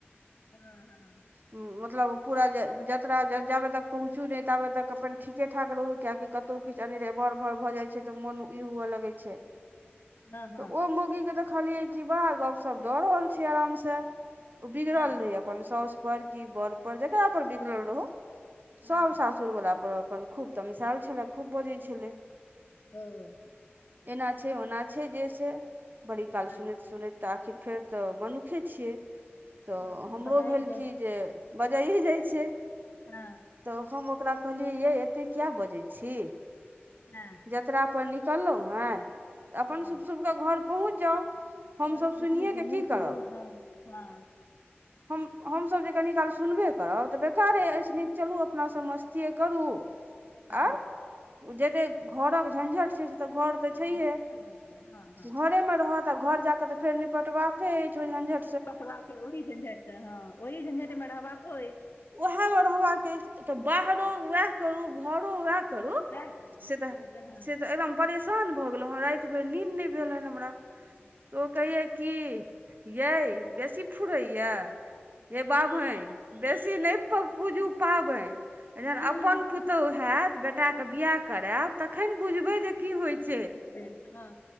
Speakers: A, on the left; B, on the right.
A: हँ हँ
B: मतलब ओ पूरा जे जतरा जाबे तक पहुँचू नहि ताबे तक अपन ठीके ठाक रहू कियाकि क क किछु अनीरे मर मर भऽ जाइ छै तऽ मोन ई हुए लगै छै
A: हँ हँ
B: तऽ ओ मौगीके तऽ देखलियै कि बड़ा गप सप दऽ रहल छियै आरामसँ ओ बिगड़ल
A: हँ
B: रहै अपन साउस पर कि बड़ पर जकरा पर बिगड़ल रहै सभ
A: हँ हँ
B: सासुर वला पर अपन खूब तमसायल छलै खूब बजै छलै
A: ह
B: एना छै ओना छै जे से बड़ी काल
A: हँ
B: सुनैत सुनैत तऽ आखिर फेर तऽ मनुखे छियै तऽ
A: हँ किछु
B: हमरो
A: बजाए
B: भेल
A: जाइ
B: कि
A: छै
B: जे बजाइए जाइ छै
A: हँ
B: तऽ हम ओकरा कहलियैयेै एतेक किया बजै छी?
A: हँ
B: जतरा पहर निकललहुॅं हैंए तऽ अपन
A: हँ
B: शुभ-शुभ कऽ घर पहुँच जाउ हमसभ
A: घर पहुँचू,
B: सुनिए
A: घुमू
B: कऽ की
A: फिरू।
B: करब
A: हँ हँ
B: हम हमसब जे कनी काल सुनबे करब तऽ बेकारे अछि, नीक चलु अपना सब मस्तिये करू।
A: हँ
B: आर जेतै घरक झंझट छै से तऽ घर तऽ छैहे
A: घरेमे रहऽ दियौ हँ हँ
B: घरेमे रहत आ घर जाकऽ तऽ फेर निपटबाके अछि ओ झंझट
A: निपटबाके ओहि झंझट से हँ ओहि झंझटमे रहबाको अछि
B: उएहामे रहबाक अछि तऽ बाहरो
A: हँ
B: उएह करू घरो वएह करू
A: वएह करू
B: से तऽ
A: ओ हँ
B: से तऽ एकदम परेशान भऽ गेलहु हन राति भर निन्द नहि भेल हन हमरा।
A: हूँ
B: तऽ ओ कहियै कि यै बेसी फुरैइए। हे बाभनि बेसी नहि पूजू पाबनि। जहन
A: हँ
B: अपन पुतोहु हैतत बेटाके बियाह करायब तखन बुझबै जे की होइ
A: तखन
B: छै
A: बुझबै हँ